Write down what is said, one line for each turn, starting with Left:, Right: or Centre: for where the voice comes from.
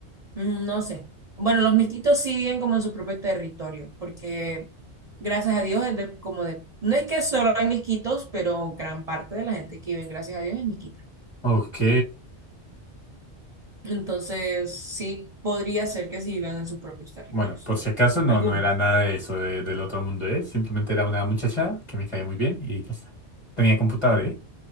Right: Mm, no sé. Bueno, los mixtitos sí viven como en su propio territorio, porque gracias a Dios es de, como de, no es que solo hay mixquitos, pero gran parte de la gente que vive, gracias a Dios, es mixquita.
Left: Ok.
Right: Entonces, sí podría ser que sí vivan en sus propios territorios.
Left: Bueno, por si
Right: todavía.
Left: acaso no,
Right: Algunos.
Left: no era nada de eso de- del otro mundo, ¿eh? Simplemente era una muchacha que me caía muy bien y ya está. Tenía computador, ¿eh?